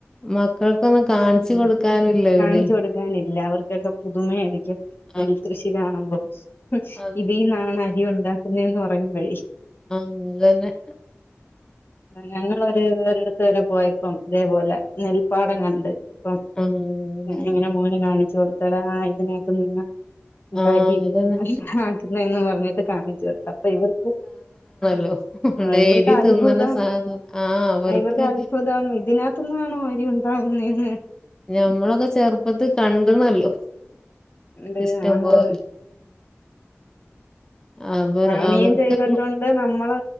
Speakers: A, on the left; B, on the left.
A: മക്കൾക്കൊന്നും കാണിച്ചു
B: ഇല്ല ഉം
A: കൊടുക്കാനില്ല എവിടേം
B: കാണിച്ചു കൊടുക്കാനില്ല അവർക്കൊക്കെ പുതുമായി രിക്കും നെല്ല്
A: ആഹ്
B: കൃഷി കാണുമ്പോ ഉം
A: അതന്നെ
B: ഇതിനാണോ അരി ഉണ്ടാക്കുന്നയെന്ന് പറയുമ്പോള്.
A: ആഹ് അതുതന്നെ.
B: ഞങ്ങളൊരു ഒരിടത്ത് വരെ പോയിപ്പം ഇതേപോലെ നെൽപ്പാടം കണ്ട്. അപ്പം
A: ആഹ് അതന്നെ
B: ഇങ്ങനെ മോനെ കാണിച്ചു കൊടുത്തെ ഇതിനകത്ത് നിന്ന്.
A: ആഹ്
B: അരി
A: അതന്നെ
B: ആക്കുന്നെന്ന് പറഞ്ഞിട്ട് കാണിച്ചു കൊടുത്തെ അപ്പൊ ഇവർക്ക്.
A: ലോ
B: ആ,
A: ഡെയിലി
B: ഇവർക്ക് അത്ഭുതം
A: തിന്നേ. തിന്നേണ് സാധനം ആഹ് അവർക്ക്.
B: ആ, ഇവർക്ക് അത്ഭുതം ഇതിനകത്തുനിന്നാണോ അരി ഉണ്ടാകുന്നതെന്ന്
A: ഞമ്മളൊക്കെ ചെറുപ്പത്തിൽ കണ്ടുന്നലോ.
B: ഉണ്ട്
A: ഇഷ്ടം
B: ആണോന്ന്
A: പോലെ അവർ
B: പണിയും
A: അവർക്ക്
B: ചെയ്തിട്ടുണ്ട് നമ്മള്